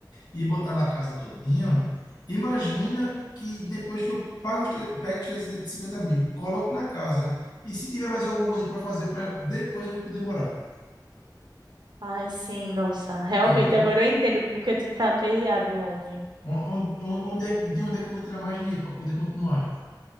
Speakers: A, on the left; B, on the right.
A: e botar na casa todinho, imagina que depois que eu pago os, tre- pego os 350 mil, coloco na casa, e se tiver mais alguma coisa para fazer, para depois eu ir poder morar,
B: Ai, sim, nossa, realmente,
A: entendeu?
B: agora eu entendo porque tu tá aperreado, homem.
A: On- on- Onde é, de onde é que eu vou tirar mais dinheiro para poder continuar?